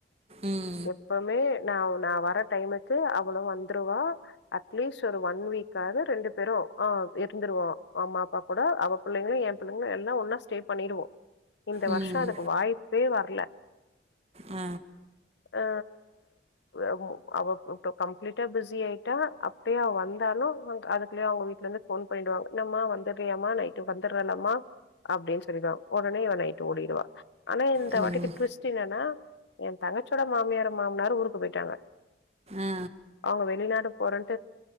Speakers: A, on the right; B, on the left.
A: ம்
B: எப்போமே நாவ் நா வர டைமுக்கு அவளு வந்துருவா அட்லீஸ் ட்டு ஒரு ஒன் வீக்காது ரெண்டு பேரு ஆ இருந்துருவோ அம்மா அப்பா கூட அவ பிள்ளைங்களு எ பிள்ளைங்களு எல்லா ஒன்னா ஸ் ஸ்டே பண்ணிருவோ இந்த
A: ம் ம்
B: வர்ஷோ அதுக்கு வாய்ப்பே வரல
A: ஆ
B: அ அவ் அவோ இப்பப்போ கம்ப்ளீட்டா பிஸி ஆயிட்டா அப் ட்டுயு வந்தார்னா வந் அதுக்குள்ளயு அவங்க வீட்ல இருந்து ஃபோன் பண்ணிவாங்க என்னம்மா வந்துட்டியாமா நைட்டுக்கு வந்தட்றேலமா அப்டின் சொல்லிடுவாங் ஒடனே இவ நைட்டு ஓடிருவா ஆனா இந்த
A: ம்
B: வாட்டிக்கு டு்விஸ்ட் என்னன்னா எ தங்கச்சோட மாமியாரு மாமனாரு ஊருக்கு போயிட்டாங்க
A: ஆ
B: அவங்க வெளிநாடு போறன்